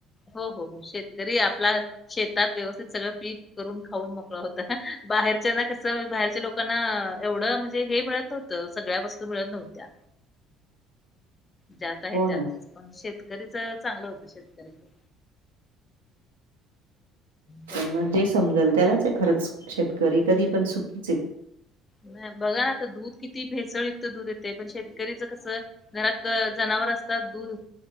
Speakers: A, on the left (about 30°); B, on the right (about 85°).
A: हो हो शेतकरी आपला शेतात व्यवस्थित सगळ पीक करून खाऊन मग. हो बाहेरच्यांना कस बाहेरच्या लोकांना एवढ म्हणजे हे मिळत नव्हत सगळ्या वस्तू मिळत नव्हत्या. ज्यात आहे
B: हो
A: त्यातच
B: ना
A: पण शेतकरीच चांगल होत शेतकऱ्याच. त्यांनी
B: पण मग जे समजल त्यालाच आहे खरच शेतकरी
A: हम्म
B: कधी पण सुखीच आहे.
A: बघा ना आता दूध किती भेसळयुक्त दूध येतय पण शेतकऱ्याचा कस. घरात जनावर असतात दूध